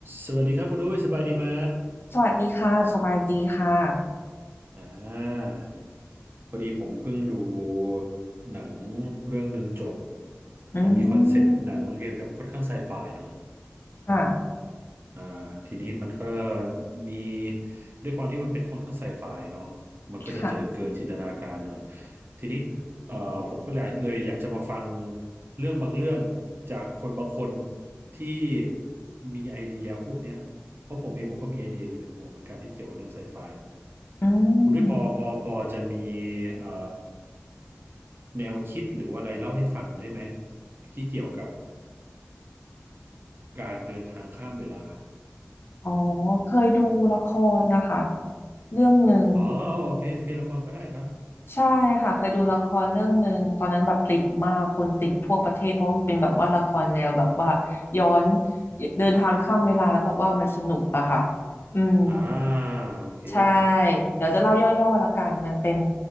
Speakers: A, on the right; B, on the left.
A: สวัสดีครับคุณอุ้ยสบายดีไหม
B: สวัสดีค่ะสบายดีค่ะ
A: อ่า พอดีผมเพิ่งดูหนังเรื่องหนึ่งจบ
B: อื
A: มันมีคอนเซปต์หนังเกี่ยวกับค่อนข้างไซไฟหน่อย
B: มค่ะ
A: อ่าทีนี้มันก็มีด้วยความที่มันเป็นค่อนข้างไซไฟเนาะมันก็จะเจอเกินจินตนาการหน่อย
B: ค่ะ
A: ทีนี้เอ่อผมก็เลยเลยอยากจะมาฟังเรื่องบางเรื่องจากคนบางคนที่มีไอเดียพวกเนี้ยเพราะผมเองผมก็มีไอเดียอยู่ในหัวเหมือนกันที่เกี่ยวกับเรื่องไซไฟ
B: อืม
A: คุณด้วยพอพอพอจะมีเอ่อแนวคิดหรือว่าอะไรเล่าให้ฟังได้ไหมที่เกี่ยวกับการเดินทางข้ามเวลา
B: อ๋อ เคยดูละครนะคะ เรื่องหนึ่ง
A: อ๋อโอเคโอเคละครก็ได้ครับ
B: ใช่ค่ะ เคยดูละครเรื่องหนึ่งตอนนั้นแบบติดมากคนติดทั่วประเทศเพราะมันเป็นแบบว่าละครแนวแบบว่าย้อนเดินทางข้ามเวลาแล้วแบบว่ามันสนุกอะค่ะอืม
A: อ่าโอเค
B: ใช่เดี๋ยวจะเล่าย่อๆละกันมันเป็น